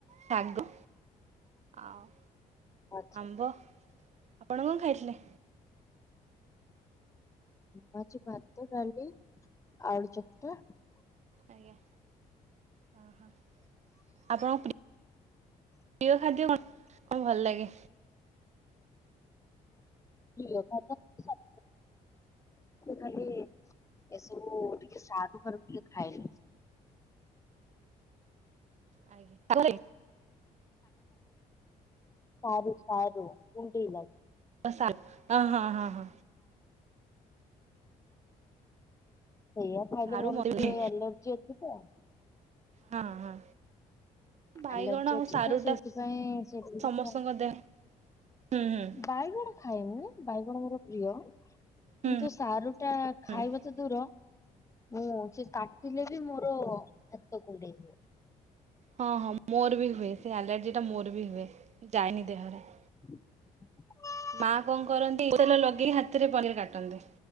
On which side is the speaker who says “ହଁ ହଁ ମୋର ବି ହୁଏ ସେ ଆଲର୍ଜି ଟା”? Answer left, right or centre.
Right